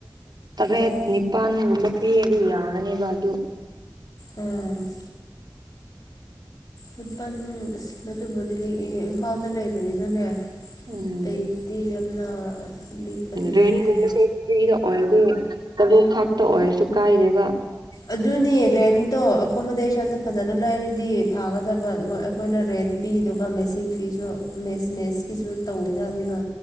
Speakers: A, on the right; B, on the left.
A: ꯇꯔꯦꯠ
B: ꯑꯣ
A: ꯅꯤꯄꯥꯜꯒꯨꯝꯕ ꯄꯤꯔꯗꯤ ꯌꯥꯒꯅꯦꯕ ꯑꯗꯨ
B: ꯎꯝ ꯂꯨꯄꯜ ꯑꯁ ꯑꯗꯨꯕꯨꯗꯤ ꯂꯦꯛꯑꯦ ꯏꯝꯐꯥꯜꯗ ꯂꯩꯕꯅꯤꯅꯅꯦ
A: ꯎꯝ
B: ꯑꯇꯩꯗꯤ ꯌꯥꯝꯅ ꯂꯤꯛꯄꯗꯤ
A: ꯔꯦꯟꯒꯨꯝꯕꯁꯦ
B: ꯂꯤꯛꯄꯅꯦ
A: ꯐ꯭ꯔꯤꯗ ꯑꯣꯏꯔꯗꯤ ꯇꯥꯔꯨꯛ ꯈꯥꯛꯇ ꯑꯣꯏꯔꯁꯨ ꯀꯥꯏꯗꯦꯕ
B: ꯑꯗꯨꯅꯤ ꯔꯦꯟꯇꯣ ꯑꯦꯀꯣꯃꯣꯗꯦꯁꯟꯗ ꯐꯖꯅ ꯂꯩꯔꯗꯤ ꯐꯥꯒꯗꯕ ꯃꯣꯏ ꯑꯩꯈꯣꯏꯅ ꯔꯦꯟ ꯄꯤꯗꯨꯒ ꯃꯦꯁꯤꯡ ꯄꯤꯁꯨ ꯃꯦꯁ ꯃꯦꯁꯀꯤꯁꯨ ꯇꯧꯋꯦꯅ ꯑꯗꯨꯅ